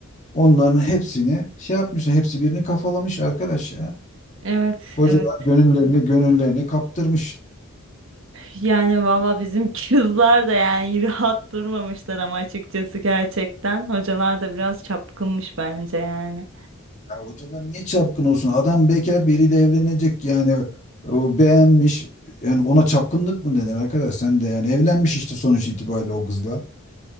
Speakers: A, on the left (about 35°); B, on the right (about 60°).
A: Onların hepsini şey yapmışlar, hepsi birini kafalamış arkadaş ya.
B: Evet,
A: Hocalar
B: evet.
A: gönüllerini gönüllerini kaptırmış.
B: Yani valla bizim kızlar da yani rahat durmamışlar ama açıkçası gerçekten. Hocalar da biraz çapkınmış bence yani.
A: Ya hocalar niye çapkın olsun? Adam bekar biriyle evlenecek yani. O beğenmiş. Yani ona çapkınlık mı denir arkadaş? Sen de yani evlenmiş işte sonuç itibariyle o kızla.